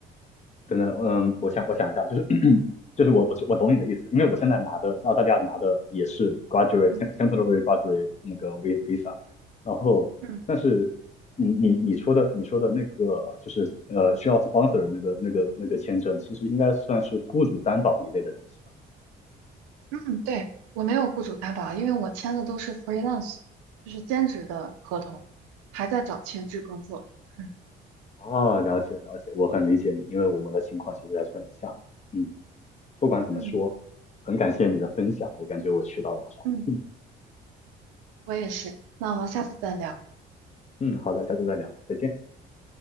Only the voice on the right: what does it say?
嗯
嗯。
嗯，对，我没有雇主担保啊，因为我签的都是 freelance，就是兼职的合同，还在找全职工作。嗯
嗯，
嗯
我也是。那我们下次再聊。